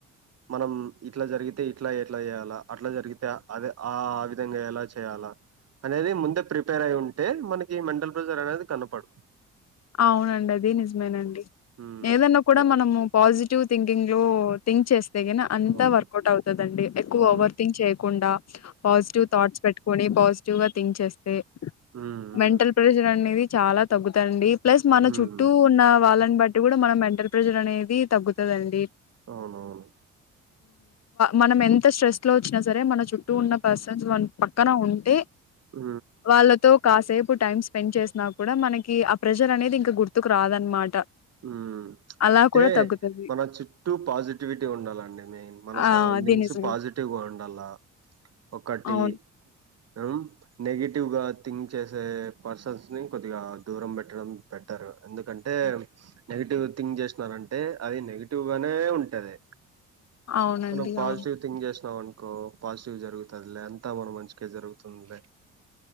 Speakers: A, on the right; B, on the left.
A: మనం ఇట్లా జరిగితే ఇట్లా ఎట్లా చే అట్లా జరిగితే అది ఆ విధంగా ఎలా చేయాలా అనేది ముందే ప్రిప ప్రిపేర్ అయి ఉంటే మనకి మెంటల్ ప్రెజర్ అనేది కనపడదు.
B: అవునండి అది నిజమేనండి
A: హ్మ్.
B: ఏదన్నా కూడా మనము పాజిటివ్ థింకింగ్ లో థింక్ చేస్ తెగిన అంతా
A: అవును.
B: వర్కౌట్ అవుతుందండి ఎక్కువ
A: అవును.
B: ఓవర్ థింక్ చేయకుండా పాజిటివ్ థాట్స్ పెట్టుకుని పాజ్ టివ్ గా థింక్ చే తే
A: హ్మ్ హ్మ్
B: మెంటల్ ప్రెజర్ అనేది చాలా తగ్గుతాండి ప్లస్ మన
A: హ్మ్
B: చుట్టూ ఉన్న వాళ్ళని బట్టి కూడా మనం మెంటల్ ప్రెజర్ అనే వి తగ్గుతదండి
A: అవునవును
B: మనం ఎంత స్ట్రెస్ లో వచ్చినా సరే మన చుట్టూ ఉన్న పర్సన్స్ మ పక్కన ఉంటే
A: ఉ
B: వాళ్ళతో కాసేపు టైం స్పెండ్ చేసినా కూడా మనకి కి ఆ ప్రెజర్ అనేది ఇంక గుర్తుకు రాదనమాట
A: మ్
B: అలా
A: అంటే
B: కూడా తగ్గుతది.
A: మన చుట్టూ పాజిటివిటీ ఉండాలండి మెయిన్, మన
B: ఆ
A: సరౌండింగ్స్
B: అది నిజమే
A: పాజిటివ్గా ఉండాల ఒకటి
B: అవును.
A: ఉమ్మ్ నెగిటివ్ క్టివ్ గా థింక్ చేసే పర్సన్స్ కొద్దిగా దూరం పెట్టడం పెట్టరు ఎందుకంటే నెగిటివ్ థింక్ చేసినారంటే అది నెగి టివ్గానే ఉంటది
B: అవునండి
A: మనం పాజిటివ్
B: అవును
A: థింగ్ చేసినం ఇంకో పాజిటివ్ జరుగుతుందిలే అంతా మనం మంచికె జరుగుతుందిలే